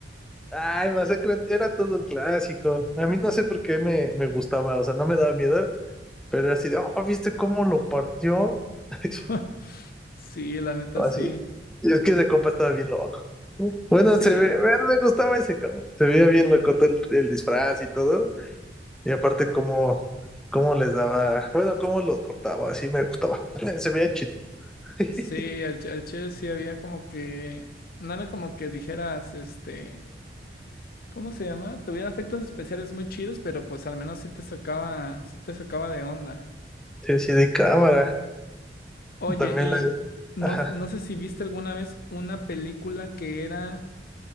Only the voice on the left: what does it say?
<laughs> Sí, la neta
sí.
Sí,
sí, al, Che al Che sí había como que, no era como que dijeras, este, ¿cómo se llama? Tuviera efectos especiales muy chidos, pero pues al menos sí te sacaba, sí te sacaba de onda.
Oye,
y
no,
no sé si viste alguna vez una película que era